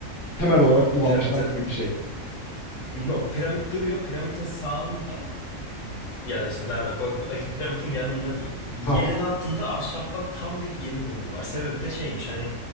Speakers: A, on the left; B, on the left.
A: temel olarak kullanmışlar
B: Piramidin
A: gibi bir şey.
B: yok piramit duruyor. Piramidin sağında ya da işte nerede bak- bak- piramidin yanında diyeyim. Yerin
A: Tamam.
B: altında ahşaptan tam bir gemi buldular. Sebebi de şeymiş hani